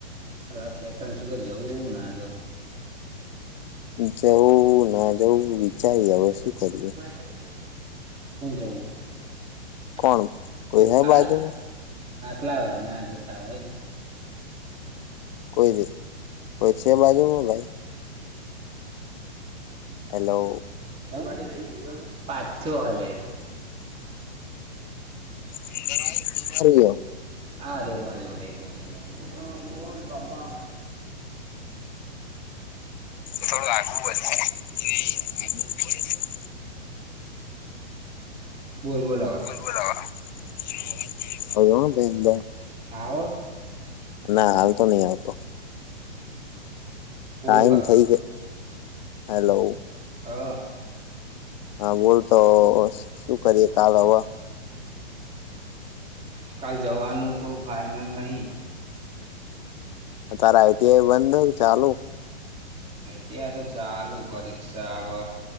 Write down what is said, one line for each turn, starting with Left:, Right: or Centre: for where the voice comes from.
Right: રથયાત્રામાં શી ખબર જવું ના જવું.
Left: જવું ના જવું વિચારીએ હવે શું કરીએ.
Right: હેડતા જઈએ કુ જવું આપે જઈએ
Left: કોણ કોઈ હે
Right: હાલ
Left: બાજુમાં
Right: આટલા વજ ના જતા હોય હેડ.
Left: કોઈ દી કોઈ છે બાજુમાં ભાઈ? હેલો
Right: તારા માટે થઈને જિયો હું પાછો હલે હલો!
Left: અંદર આવ તું બાર ગયો.
Right: આર્યો માર જોડે અ બોલ બાપા.
Left: થોડું આગું વચ્ચે એ આગુ હોય થોડું.
Right: બોલ બોલ હવે
Left: બોલો હવે મારો અવાજ ના આયો આયો હ બેનબા
Right: આવે?
Left: ના હાલ તો નહી આવતો.
Right: બોલું
Left: ટાઈમ
Right: કરવું
Left: થઈ ગયો હલો
Right: હહ
Left: હા બોલ તો શું કરીએે કાલ હવે?
Right: કાલ જવાનું તો ફાઈનલ નહી.
Left: તારે આઈટીઆઈ બંધ નહીં ચાલુ?
Right: આઈ. ટી. આઈ તો ચાલું પરીક્ષા આવ.